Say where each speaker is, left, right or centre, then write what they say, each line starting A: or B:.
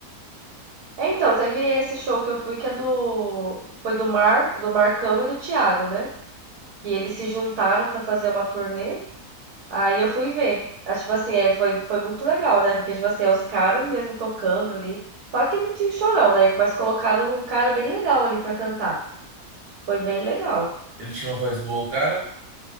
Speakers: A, on the right; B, on the right.
A: É, então, teve esse show que eu fui que é do foi do Marco, do Marcão e do Thiago, né? Que eles se juntaram pra fazer uma turnê. Aí eu fui ver. Acho tipo assim, é, foi foi muito legal, né? Porque tipo assim, é os caras mesmo tocando ali. Só que não tinha o Chorão, né? Mas colocaram um cara bem legal ali pra cantar. Foi bem legal.
B: Ele tinha uma voz boa, cara.